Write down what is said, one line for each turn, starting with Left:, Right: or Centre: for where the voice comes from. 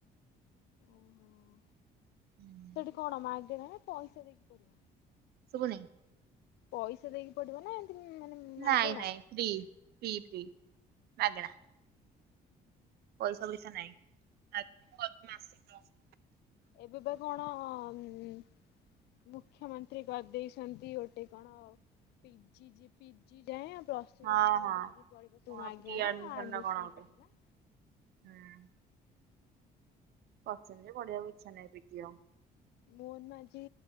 Left: ଓହୋ।
Right: ହୁଁ <inaudible>
Left: ସେଠି କଣ ମଗେରେ ନା ପଇସା ଦେଇକି ପଡିବ।
Right: ଶୁଭୁନେଇ?
Left: ପଇସା ଦେଇକି ପଢିବ ନା ମାନେ ମାଗେଣା?
Right: ନାଇଁ ନାଇଁ ଫ୍ରି- ଫ୍ରି -ଫ୍ରି ମାଗେଣା। ପଇସା ଫାଇସା ନାଇଁ ମାଗେଣା <unintelligible> ମାସେ କାଳ।
Left: ଏବେ ବା କଣ ମୁଖ୍ୟମ ନ୍ତ୍ରୀ କରିଦେଇଛନ୍ତି ଗୋଟେ କଣ, P G, G P, P G ଯାଏ ପ୍ଲ ଯାଏ
Right: ହଁ
Left: ଯାହା
Right: ହଁ
Left: ବି ପଢିବ ସବୁ
Right: କଣ
Left: ମାଗେଣା
Right: ପ୍ରି
Left: ଆଡମିସନ
Right: ନା କଣ ଗୋଟେ
Left: ମାଗେଣା।
Right: ହୁଁ। କରିଛନ୍ତି ଯେ, ପଢିବାକୁ ଇଛା ନାହିଁ ପି ଜି ଆଉ।
Left: ମୋହନ ମାଝୀ,